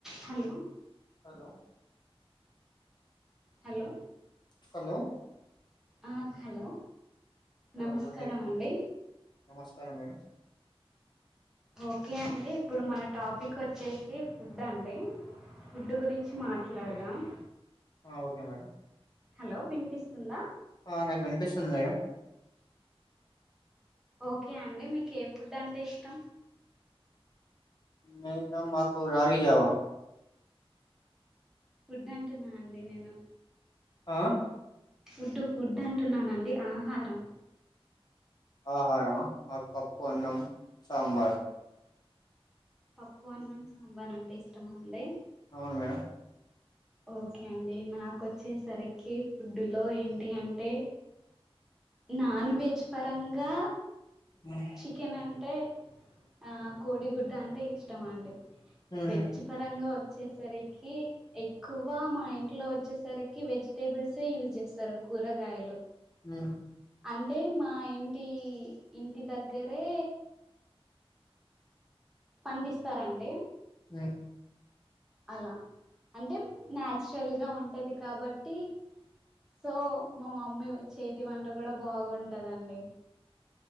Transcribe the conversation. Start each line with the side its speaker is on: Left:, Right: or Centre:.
Centre: Hello
Left: hello!
Centre: Hello
Left: hello
Centre: ఆ hello
Left: hello
Centre: నమస్కారం
Left: madam
Centre: అండి
Left: నమస్కారం మేడం
Centre: ఓకే అండి ఇప్పుడు మన టాపిక్ వచ్చేసి ఫుడ్ అండి ఫుడ్ గురించి మాట్లాడు దమ్
Left: ఆ ఓకే మేడం
Centre: హలో వినిపిస్తుందా
Left: ఆ నాకు వినిపిస్తుంది మేడం
Centre: ఓకే అండి మీకు ఏ ఫుడ్ అంటే ఇష్టం
Left: మేడం మాకు రాగి జావా
Centre: ఫుడ్ అంటున్నండి నేను
Left: ఆ
Centre: ఫుడ్డు ఫుడ్ అంటున్నానండి ఆహారం
Left: ఆహారమా మాకు పప్పు అన్నం సాంబార్
Centre: పప్పు అన్నం సాంబార్ అంటే ఇష్టమా అండి
Left: అవును మేడం
Centre: ఓకే అండి నాకొచ్చేసరికి ఫుడ్డులో ఏంటి అంటే నాన్ వెజ్ పరంగా
Left: ఉమ్,
Centre: చికెన్ అంటే ఆ కోడిగుడ్డు అంటే ఇష్టమండి
Left: ఉమ్,
Centre: వెజ్ పరంగా వచ్ వచ్చేసరికి ఎక్కువ మా ఇంట్లో వచ్చేసరికి వెజిటేబుల్సే యూజ్ చేస్తారు కూరగాయలు
Left: హ
Centre: అంటే మా ఇంటి.. ఇంటి దగ్గరే పండిస్తారండి
Left: హ
Centre: అలా అంటే న్యాచురల్ గా ఉంటది కాబట్టి సో మా మమ్మీ చేతి వంట కూడా బాగుంటదండి